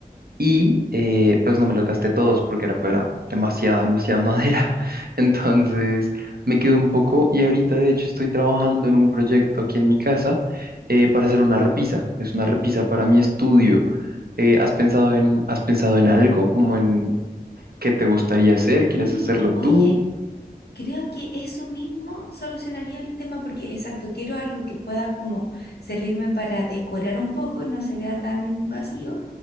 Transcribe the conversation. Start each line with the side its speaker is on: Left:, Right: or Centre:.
Right: y
Left: Ujú.
Right: eh, pues no me los gasté todos porque era para demasiada, demasiada madera. <laughs> Entonces me quedé un poco y ahorita de hecho estoy trabajando en un proyecto aquí en mi casa eh, para hacer una repisa. Es una repisa para mi estudio. Eh, ¿has pensado en, has pensado en algo como en ¿Qué te gustaría hacer? ¿Quieres
Left: Y
Right: hacerlo
Left: oye,
Right: tú?
Left: Creo que eso mismo solucionaría el tema porque, exacto, quiero algo que pueda como servirme para decorar un poco, no se vea tan vacío,